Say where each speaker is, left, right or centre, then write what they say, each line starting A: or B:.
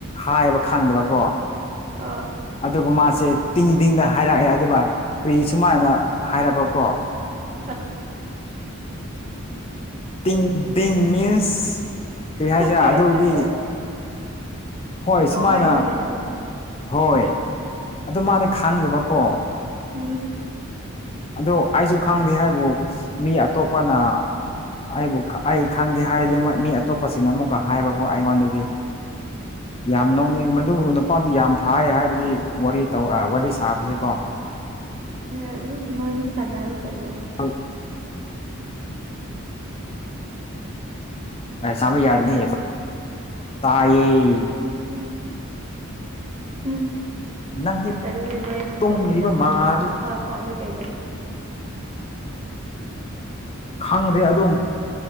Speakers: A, on the left (about 25°); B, on the right (about 30°).
A: ꯍꯥꯏꯌꯦꯕ ꯈꯪꯗꯕꯀꯣ
B: ꯑ
A: ꯑꯗꯨꯒ ꯃꯥꯁꯦ ꯇꯤꯡ ꯇꯤꯡꯗ ꯍꯥꯏꯔꯛꯑꯦ ꯑꯗꯨꯒ ꯀꯔꯤ ꯁꯨꯃꯥꯏꯅ ꯍꯥꯏꯔꯕꯀꯣ
B: ꯑ
A: ꯇꯤꯡ ꯇꯤꯡ ꯃꯤꯁ ꯀꯔꯤ ꯍꯥꯏꯁꯤꯔꯥ
B: ꯈꯪꯉꯦ
A: ꯑꯗꯨꯗꯤ
B: ꯑꯩ ꯈꯪꯉꯦ
A: ꯍꯣꯏ
B: ꯅꯣꯡ
A: ꯁꯨꯃꯥꯏꯅ
B: ꯍꯥꯏꯕꯅꯤ ꯀꯩꯅꯣ
A: ꯍꯣꯏ ꯑꯗꯨ ꯃꯥꯗꯤ ꯈꯥꯡꯗꯕꯀꯣ
B: ꯎꯝ
A: ꯑꯗꯣ ꯑꯩꯁꯨ ꯈꯪꯗꯦ ꯍꯥꯏꯕꯨ ꯃꯤ ꯑꯇꯣꯞꯄꯅ ꯑꯩꯕꯨ ꯑꯩ ꯈꯪꯗꯦ ꯍꯥꯏꯔꯗꯤ ꯃꯤ ꯑꯇꯣꯞꯄꯁꯤꯅ ꯑꯃꯨꯛꯀ ꯍꯥꯏꯕꯀꯣ ꯑꯩꯉꯣꯟꯗꯗꯤ ꯌꯥꯝ
B: ꯑꯣ
A: ꯅꯅꯤ ꯃꯗꯨ ꯃꯄꯥꯥꯟꯗꯤ ꯌꯥꯝ ꯐꯥꯏꯌꯦ ꯍꯥꯏꯕꯗꯤ ꯋꯥꯔꯤ ꯋꯥꯔꯤ ꯁꯥꯕꯁꯦꯀꯣ
B: ꯑꯗꯨꯝ ꯅꯣꯏꯅꯤ ꯁꯥꯟꯅꯔꯨ ꯀꯩꯅꯣ
A: ꯍꯣꯏ
B: ꯎꯝ
A: ꯑꯁꯝ ꯌꯥꯗꯅꯤ ꯇꯌꯦ
B: ꯎꯝ ꯎꯝ
A: ꯅꯪꯗꯤ
B: ꯑꯗꯨꯗꯤ ꯅꯣꯏ ꯃꯤ
A: ꯇꯨꯝꯔꯤꯕ
B: ꯇꯧꯃꯤꯟꯅꯕ
A: ꯃꯥꯜꯂꯤ
B: ꯅꯣꯏ ꯐꯥ ꯐꯥꯗ ꯀꯩꯅꯣ
A: ꯈꯪꯗꯦ ꯑꯗꯨ